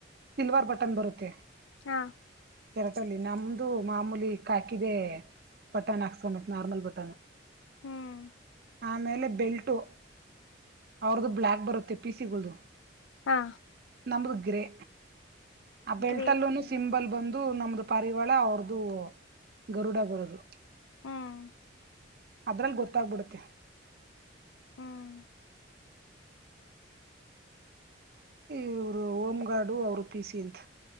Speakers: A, on the right (about 50°); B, on the left (about 80°).
A: ಸಿಲ್ವರ್ ಬಟನ್ ಬರುತ್ತೆ.
B: ಹಾ
A: ಶರ್ಟ್ ಅಲ್ಲಿ ನಮ್ದು ಮಾಮೂಲಿ ಕಾಕಿದೆ ಬಟನ್ ಹಾಕಿಸ್ಕೊಬೇಕು ನಾರ್ಮಲ್ ಬಟಾನ್.
B: ಹ್ಮ್
A: ಆಮೇಲೆ ಬೆಲ್ಟು ಅವ್ರದುು ಬ್ಲ್ಯಾಕ್ ಬರುತ್ತೆ ಪಿ ಸಿ ಗಳದು.
B: ಹಾ
A: ನಮ್ದು ಗ್ರೇ. ಆ ಬೆಲ್ಟ
B: ಗ್ರೇ
A: ಅಲ್ಲೂನು.
B: ಕಲರ್
A: ಸಿಂಬಲ್ ಬಂದು ನಮ್ದು. ಪರಿವಾಳ ಅವ್ರದುು ಗರುಡ ಬರದು.
B: ಹ್ಮ್
A: ಅದ್ರಲ್ಲಿ ಗೊತ್ತಾಗಬಿಡುತ್ತೆ.
B: ಹ್ಮ್
A: ಇವರು ಹೋಮ್ ಗಾರ್ಡು ಅವರು ಪಿ ಸಿ ಅಂತ.